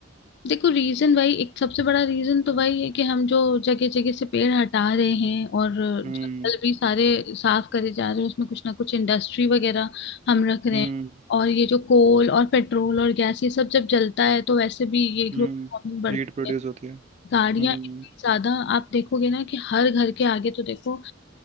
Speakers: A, on the left; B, on the right.
A: देखो रीजन भाई एक सबसे बड़ा रीजन तो भाई है कि हम जो जगह जगह से पेड़ हटा रहे हैं और जंगल
B: हम्म
A: भी सारे साफ करे जा रहे हैं उसमें कुछ ना कुछ इंडस्ट्री वगैरह हम रख रहे
B: हम्म
A: हैं और ये जो कोल और पेट्रोल और गैस ये सब जब जलता है तो वैसे भी ये
B: हम्म
A: ग्लोबल वार्मिंग बढ़ती
B: हीट प्रोड्यूस
A: है
B: होती है
A: गाड़ियां
B: हम्म
A: इतनी ज्यादा आप देखोगे ना कि हर घर के आगे तो देखो